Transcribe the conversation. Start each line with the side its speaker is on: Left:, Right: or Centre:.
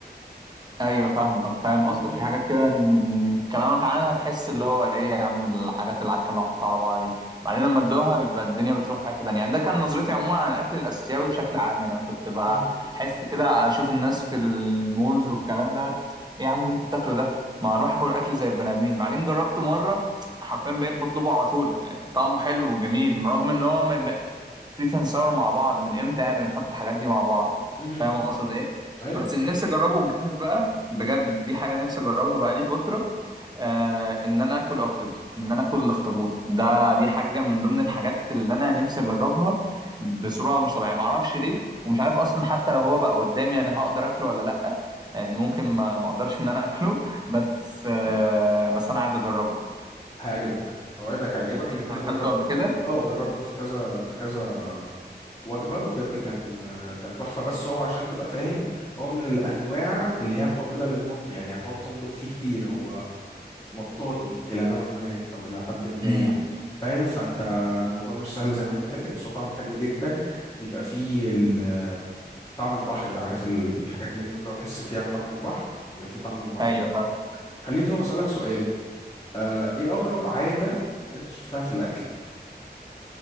Right: ايوه فاهمك فاهم
Left: مم،
Right: قصدك في حاجات كده من من كلامك عنها تحس اللي هو ايه يا عم الحاجات العكه اللي محطوطه على بعض دي بعدين لما ادوها بيبقى الدنيا بتروح في حته تانية يعني ده كان نظرتي عموما على الاكل الاسيوي بشكل عام يعني انا كنت بحس
Left: مم،
Right: كده اشوف الناس في المولز والكلام دوت ايه يا عم انت بتاكله ده ما اروح اكل اكل زي البني ادمين بعدين جربته مره حرفيا بقيت بطلبه على طول يعني طعمه حلو وجميل رغم ان هو سويت اند ساور مع بعض من امتى يعني بنحط الحاجات دي مع بعض
Left: مم، مم.
Right: فاهم اقصد ايه
Left: ايوه
Right: بس اللي نفسي اجربه بجد بقى بجد دي حاجة نفسي أجربها بقالي فترة آه إن أنا آكل أوكتوبس إن أنا آكل الأخطبوط ده دي حاجة من ضمن الحاجات اللي أنا نفسي أجربها بصورة مش طبيعية معرفش ليه ومش عارف أصلا حتى لو هو بقى قدامي أنا هقدر آكله ولا لأ لأن ممكن ما ما أقدرش إن أنا آكله بس آه بس أنا عايز أجربه
Left: هيعجبك اوعدك هيعجبك
Right: أنت
Left: لان
Right: أكلته
Left: انا جربته
Right: قبل كده؟
Left: اه جربته في كذا في كذا وجبه وبجد كان كان تحفه بس هو عشان تبقى فاهم هو من الانواع اللي هي قابله للمضغ يعني هتقعد تمضغ فيه كتير هو مطاطي الى نوع ما او الى حد ما
Right: امم
Left: يعني فاهم فانت الموضوع مش سهل زي ما انت فاكر بس هو طعمه حلو جدا بيبقى فيه ال- طعم البحر ده عارف الحاجات اللي بتاكلها وتحس فيها بطعم البحر يبقى فيه طعم البحر
Right: أيوه
Left: ده
Right: فاهم
Left: خليني طب اسالك سؤال آه ايه اغرب عاده انت شفتها في الاكل